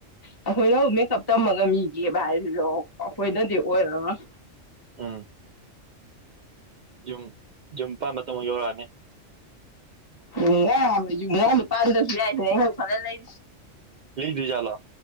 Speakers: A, on the left; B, on the right.
A: ꯑꯩꯈꯣꯏꯅ ꯑꯃꯨꯛ ꯃꯦꯀꯞ ꯇꯝꯃꯒ ꯃꯤꯒꯤ <unintelligible> ꯑꯩꯈꯣꯏꯅꯗꯤ ꯑꯣꯏꯔꯔꯣꯏ
B: ꯎꯝ ꯌꯨꯝ ꯌꯨꯝ ꯄꯥꯟ ꯃꯇꯝ ꯑꯃꯨꯛ ꯌꯧꯔꯛꯑꯅꯤ
A: <unintelligible> ꯌꯨꯝ <unintelligible> ꯑꯩꯅ ꯈꯜꯂ ꯂꯩꯔꯤꯁꯦ
B: ꯂꯩꯗꫭꯏꯖꯂꫭ